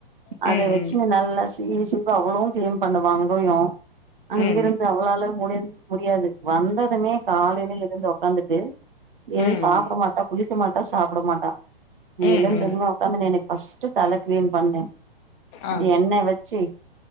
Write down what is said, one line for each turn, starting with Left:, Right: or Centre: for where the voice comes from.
Left: ம்
Right: அத வச்சு நல்லா ஈசிபா அவளு கிளீன் பண்ணுவா அங்கொயு அங்க
Left: ம்
Right: இருந்து அவளால முடிய முடியாது வந்ததுமே காலையில எழுந்து உக்காந்துட்டு எதுவு
Left: ம் ம்
Right: சாப்புட மாட்டா குளிக்க மாட்டா சாப்புட மாட்டா நீ
Left: ம்
Right: எழுந்ததுமே
Left: ம்
Right: உக்காந்து எனக்கு ஃபர்ஸ்ட் தல கிளீன் பண்ணு அது
Left: ஆ
Right: எண்ணெ வச்சு